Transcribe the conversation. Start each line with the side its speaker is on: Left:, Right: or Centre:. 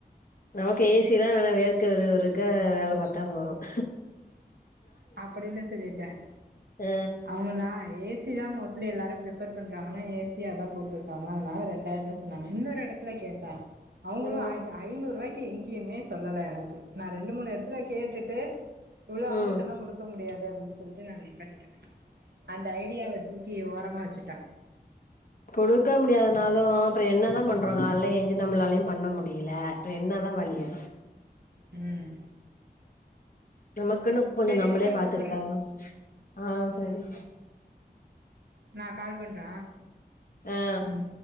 Left: நமக்கு ஏ சிலாம் வேணா வேற்க விறுவிறுக்க வேல பாத்தா போதும்
Right: அப்பிடின்னு சொல்லிட்டேன்
Left: ஆ
Right: அவங்கனா ஏ சி தான் மோஸ்ட் ட்லி எல்லாரும் ப்ரிஃபர் பண்றாங்கன்னு ஏ சி யா தான் போட்டிருக்காங்க அதனால ரெண்டாயிர் ரூவா சொன்னாங்க இன்னொரு எடத்துல கேட்டே அவங்களும்
Left: ம்
Right: ஆயிது ஐநூரூவாய்க் கி எங்கேயுமே சொல்லல எனக்கு நான் ரெண்டு மூணு எடத்துல கேட்டுட்டு இவ்லோ
Left: ம்
Right: அமௌண்ட் டல்லா குடுக்க முடியாது வெச்சுருக நான் நிப்பாட்டிட்ட அந்த ஐடியாவ தூக்கி ஓரமா வச்சுட்ட
Left: கொடுக்க முடியாததுனாலும் அப்ரோ என்னதான் பண்றோங்க அல்ல எஞ்சு நம்மளாலையும் பண்ண முடியல அப்றம் என்ன தா வலிய
Right: ம்
Left: நமக்குனு கொஞ்ச
Right: சரி
Left: நம்மளே
Right: இருக்கேன்
Left: பாத்துக்கிட்டாதா
Right: கூப்பிடுறேன்
Left: ஆ சரி சிஸ்
Right: நா கால் பண்ற
Left: ஆ
Right: ம்